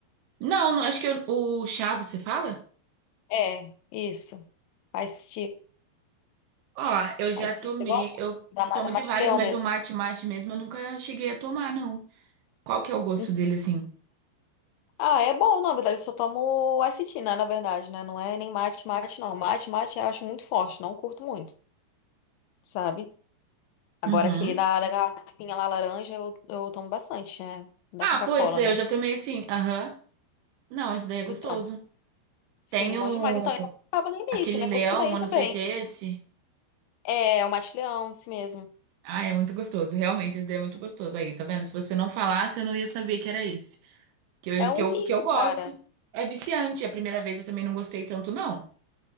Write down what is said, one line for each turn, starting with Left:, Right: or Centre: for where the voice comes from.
Right: Não, não, acho que eu- o chá, você fala?
Left: É, isso. Faz
Right: Ó, eu já
Left: Ice
Right: tomei,
Left: tea, você gosta?
Right: eu
Left: Da, ma-
Right: tomo
Left: da mate
Right: de vários,
Left: leão
Right: mas
Left: mesmo.
Right: o mate mate mesmo eu nunca cheguei a tomar, não. Qual que é o gosto
Left: Hum.
Right: dele, assim?
Left: Ah, é bom, na verdade, eu só tomo ice tea, né, na verdade, né? Não é nem mate, mate, não. Mate, mate eu acho muito forte, não curto muito, sabe? Agora
Right: Uhum.
Left: aquele da, da garrafinha lá laranja eu, eu tomo bastante, né? Da
Right: Ah,
Left: Coca-Cola,
Right: pô, esse daí
Left: né?
Right: eu já tomei, sim. Aham. Não, esse daí é gostoso.
Left: Então, sim,
Right: Tem
Left: bom
Right: o...
Left: demais. Então, eu não tava no início,
Right: aquele
Left: me
Right: leão,
Left: acostumei
Right: eu
Left: também.
Right: não sei se é esse.
Left: É, o mate leão, isso mesmo.
Right: Ah, é muito gostoso. Realmente, esse daí é muito gostoso. Aí, tá vendo? Se você não falasse, eu não ia saber que era esse. Que eu,
Left: É um
Right: que eu,
Left: vício,
Right: que eu gosto.
Left: cara.
Right: É viciante. é A primeira vez eu também não gostei tanto, não.